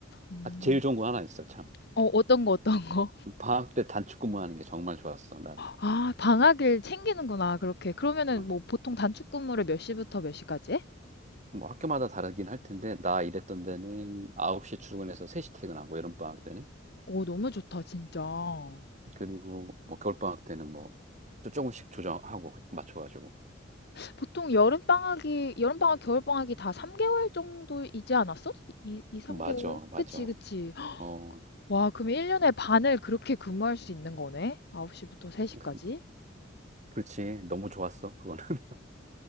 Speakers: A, on the left; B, on the right.
A: 음.
B: 아, 제일 좋은 거 하나 있어, 참.
A: 어, 어떤 거, 어떤 거.
B: 방학 때 단축 근무하는 게 정말 좋았어, 나는.
A: 아, 방학일 챙기는구나. 그렇게. 그러면은
B: 어,
A: 뭐 보통 단축 근무를 몇 시부터 몇 시까지 해?
B: 뭐 학교마다 다르긴 할 텐데, 나 일했던 데는 9시 출근해서 3시 퇴근하고, 여름방학 때는.
A: 오, 너무 좋다, 진짜. 어,
B: 그리고 뭐 겨울방학 때는 뭐 조- 조금씩 조정하고, 맞춰가지고.
A: 보통 여름방학이, 여름방학, 겨울방학이 다 3개월 정도이지 않았어? 이 2, 3개월?
B: 맞아, 맞아.
A: 그치, 그치.
B: 어,
A: 와, 그럼 1년에 반을 그렇게 근무할 수 있는 거네? 9시부터 3시까지?
B: 그- 그렇지. 너무 좋았어, 그거는. <laughs>